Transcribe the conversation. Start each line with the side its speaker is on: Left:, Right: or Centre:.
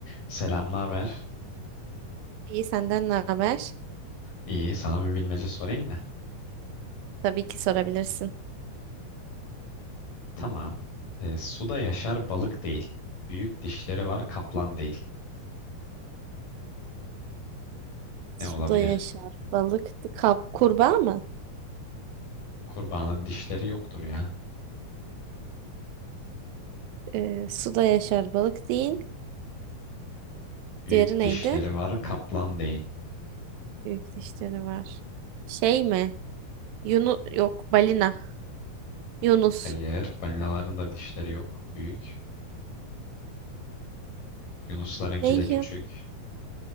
Left: Selam, naber?
Right: İyi senden ne haber?
Left: İyi, sana bir bilmece sorayım mı?
Right: Tabii ki sorabilirsin.
Left: Tamam. Ee, suda yaşar balık değil. Büyük dişleri var kaplan değil. Ne
Right: Suda
Left: olabilir?
Right: yaşar balık. Kap, kurbağa mı?
Left: Kurbanın dişleri yoktur ya.
Right: Ee, suda yaşar balık değil.
Left: Büyük
Right: Diğeri
Left: dişleri
Right: neydi?
Left: var kaplan değil.
Right: Büyük dişleri var. Şey mi? Yunus yok balina. Yunus.
Left: Hayır, balinaların da dişleri yok. Büyük. Yunuslarınki
Right: Ne
Left: de küçük.
Right: ya?